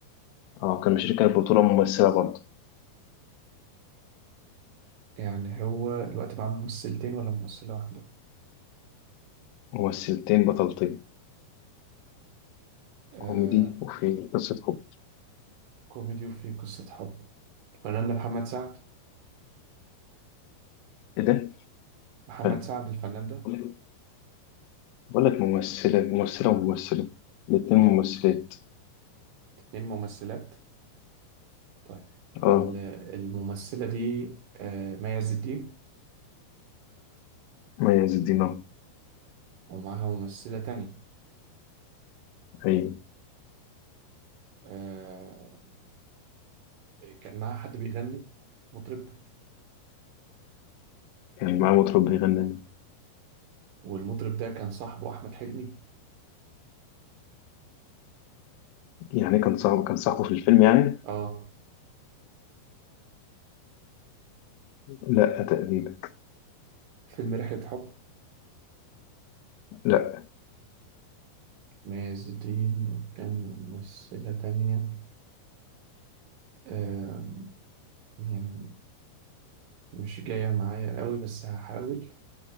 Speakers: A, on the left; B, on the right.
A: اه كان مشاركها البطولة ممثلة برضه
B: يعني هو الوقت معاه ممثلتين ولا ممثلة واحدة؟
A: ممثلتين بطلتين
B: آه...
A: كوميدي وفي قصة حب
B: كوميدي وفيه قصة حب فنان محمد سعد
A: ايه ده؟
B: محمد
A: فن
B: سعد الفنان ده
A: بقول لك بقول لك ممثلة ممثلة وممثلة الاتنين ممثلات
B: اتنين ممثلات طيب
A: اه
B: ال- الممثلة دي آه، مي عز الدين
A: مي عز الدين أهو.
B: ومعاها ممثلة تانية
A: ايوه
B: آه، كان معاها حد بيغني مطرب
A: كان معاه مطرب بيغني
B: والمطرب ده كان صاحبه أحمد حلمي
A: يعني كان صاحبه كان صاحبه في الفيلم يعني
B: اه
A: لا تقريبا
B: فيلم رحلة حب
A: لا
B: مي عز الدين وكان ممثلة تانية آه، يعني مش جاية معايا قوي بس هحاول